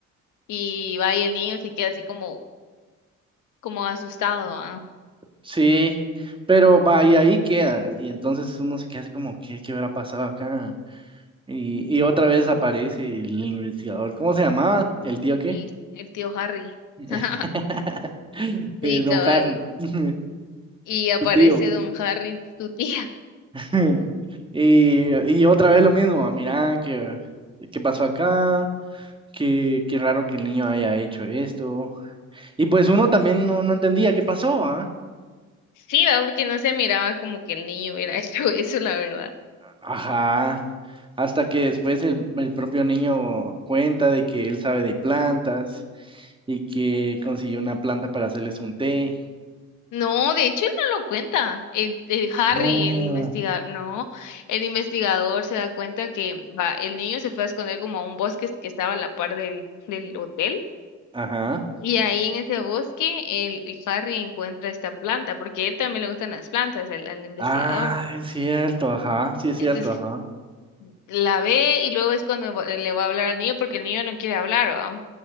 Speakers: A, on the left (about 80°); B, on the right (about 15°).
A: y va y el niño se queda así como, como asustado, ah,
B: sí, pero va, y ahí queda. Y entonces uno se queda así como, ¿qué, qué habrá pasado acá? Y, y otra vez aparece el investigador. ¿Cómo se llamaba? ¿El tío qué?
A: El, el tío Harry.
B: <laughs>
A: <laughs> Sí,
B: Eh, Don
A: cabal.
B: Harry, <laughs>
A: Y aparece
B: tu tío.
A: don Harry, tu tía.
B: <laughs> Y, y otra vez lo mismo, ah, mira, que qué pasó acá? ¿Qué, qué raro que el niño haya hecho esto? Y pues uno también no, no entendía qué pasó, ¿ah?
A: Sí, va, porque no se miraba como que el niño hubiera <laughs> hecho eso, la verdad.
B: Ajá, hasta que después el, el propio niño cuenta de que él sabe de plantas y que consiguió una planta para hacerles un té.
A: No, de hecho él no lo cuenta. El, el Harry,
B: No.
A: el investigador, no, el investigador se da cuenta que va, el niño se fue a esconder como a un bosque que estaba a la par del, del hotel.
B: Ajá.
A: Y ahí en ese bosque el, el Harry encuentra esta planta, porque a él también le gustan las plantas, al, al investigador.
B: Ah, es cierto, ajá, sí es
A: Entonces
B: cierto, ajá.
A: la ve y luego es cuando va- le va a hablar al niño, porque el niño no quiere hablar, ¿va?